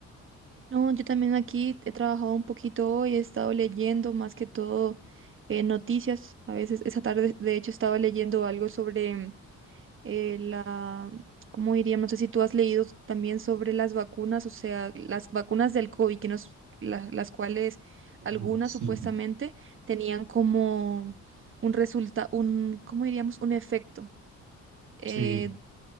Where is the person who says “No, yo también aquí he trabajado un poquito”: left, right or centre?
Right